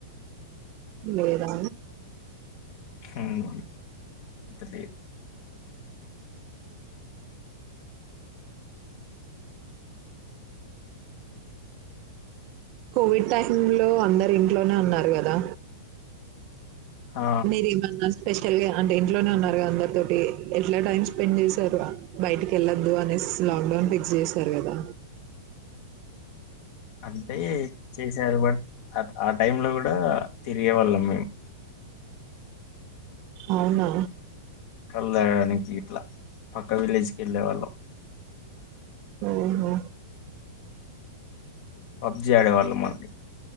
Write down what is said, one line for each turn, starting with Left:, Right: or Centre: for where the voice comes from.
Right: లేదా
Left: లేదు లేదు
Right: కోవిడ్ టైమ్ లో అందరు ఇంట్లోనే ఉన్నారు కదా
Left: ఆ
Right: మీరేమన్నా స్పెషల్గా అంటే ఇంట్లోనే ఉన్నారుగా అందరి తోటి ఎట్లా టైం స్పెండ్ చేశారు బయటికి వెళ్ళొద్దు అనేసి లాక్ డౌన్ ఫిక్స్ చేసారు కదా.
Left: అంటే చేసారు బట్ ఆ టైం లో కూడా తిరిగే వాళ్ళం మేము
Right: అవునా
Left: కళ్ళదగాయడానికి ఇట్లా పక్క విలేజ్ కి వెళ్ళే వాళ్ళం.
Right: ఓహో
Left: పబ్జి ఆడేవాళ్ళం మళ్ళీ